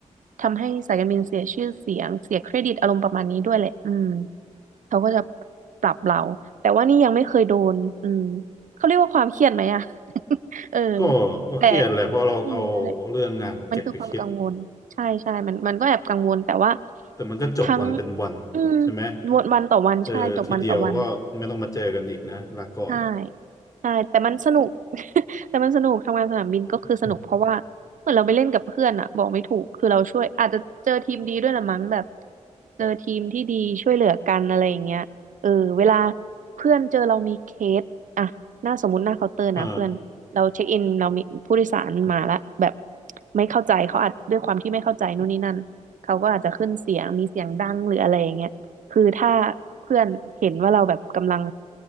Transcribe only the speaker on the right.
ทำให้สายการบินเสียชื่อเสียงเสียเครดิตอารมณ์ประมาณนี้ด้วยแหละอืม เขาก็จะปรับเราแต่ว่านี่ยังไม่เคยโดนอืมเขาเรียกว่าความเครียดไหมอะ <laughs> เออ
แต่เออนั่นแหละ
มันคือความกังวล ใช่ใช่มันมันก็แอบกังวล แต่ว่า
ทั้งอืมวนวันต่อวัน
ใช่จบวันต่อวัน ใช่ใช่แต่มันสนุก <laughs> แต่มันสนุกทำงานสนามบินก็คือสนุกเพราะว่าเหมือนเราไปเล่นกับเพื่อนอะบอกไม่ถูกคือเราช่วยอาจจะเจอทีมดีด้วยละมั้งแบบ
เจอทีมที่ดีช่วยเหลือกันอะไรอย่างเงี้ยเออเวลาเพื่อนเจอเรามีเคสอะหน้าสมมุติหน้าเคาน์เตอร์นะเพื่อนเราเช็คอินเรามีผู้โดยสารมาละแบบ
ไม่เข้าใจเขาอาจด้วยความที่ไม่เข้าใจนู่นนี่นั่นเขาก็อาจจะขึ้นเสียงมีเสียงดังหรืออะไรอย่างเงี้ย คือถ้าเพื่อนเห็นว่าเราแบบกำลัง